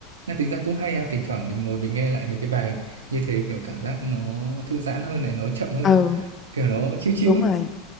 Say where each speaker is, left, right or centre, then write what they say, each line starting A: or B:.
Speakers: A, on the right; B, on the left.
A: Mà tính ra cũng hay à, thỉnh thoảng mình ngồi mình nghe lại mấy cái bài như thế kiểu cảm giác nó thư giãn hơn này, nó chậm hơn,
B: ừ
A: kiểu nó chill chill
B: đúng
A: ấy.
B: rồi